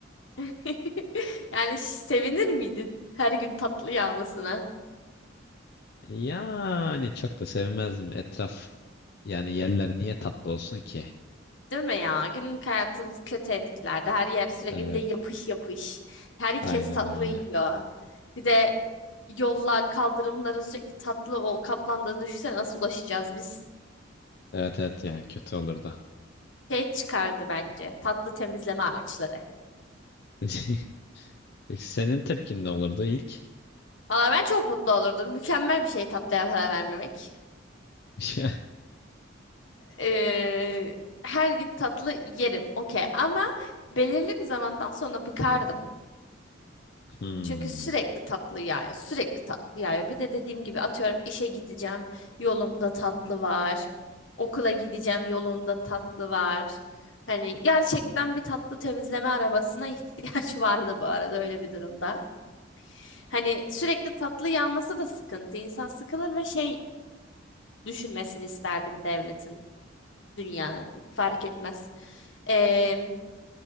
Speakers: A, on the left; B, on the left.
A: <laughs> Yani ş- sevinir miydin her gün tatlı yağmasına?
B: Yani çok da sevmezdim. Etraf yani yerler niye tatlı olsun ki?
A: Değil mi ya? Günlük hayatımızı kötü etkilerdi. Her yer sürekli
B: Evet.
A: bir de yapış yapış. Herkes
B: Aynen
A: tatlı
B: öyle.
A: yiyor. Bir de yollar, kaldırımların sürekli tatlı o kaplandığını düşünsene nasıl ulaşacağız biz?
B: Evet evet yani kötü olurdu.
A: Şey çıkardı bence. Tatlı temizleme araçları.
B: <laughs> Peki Senin tepkin ne olurdu ilk?
A: Valla ben çok mutlu olurdum. Mükemmel bir şey tatlıya para vermemek.
B: <laughs>
A: Ee, her gün tatlı yerim. Okey ama belirli bir zamandan sonra bıkardım.
B: Hmm.
A: Çünkü sürekli tatlı yağıyor. Sürekli tatlı yağıyor. Bir de dediğim gibi atıyorum işe gideceğim yolumda tatlı var. Okula gideceğim yolunda tatlı var. Hani gerçekten bir tatlı temizleme arabasına <laughs> ihtiyaç vardı bu arada öyle bir durumda. Hani sürekli tatlı yağması da sıkıntı. İnsan sıkılır ve şey düşünmesini isterdim devletin, dünyanın fark etmez. Ee,